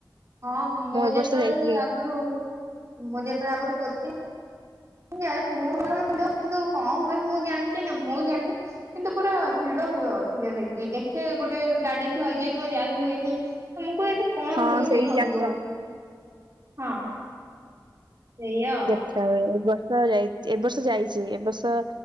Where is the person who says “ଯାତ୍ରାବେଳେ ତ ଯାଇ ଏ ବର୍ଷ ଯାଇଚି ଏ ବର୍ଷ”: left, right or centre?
Right